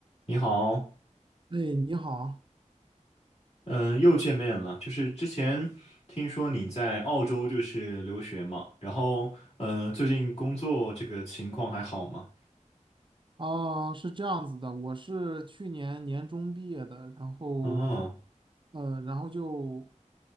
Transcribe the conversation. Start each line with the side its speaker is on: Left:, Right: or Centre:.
Left: 你好，
Right: 哎，你好，
Left: 嗯，又见面了。就是之前听说你在澳洲就是留学嘛，然后嗯，呃最近工作这个情况还好吗？
Right: 啊，是这样子的，我是去年年中毕业的，然后，
Left: 哦，
Right: 呃，然后就，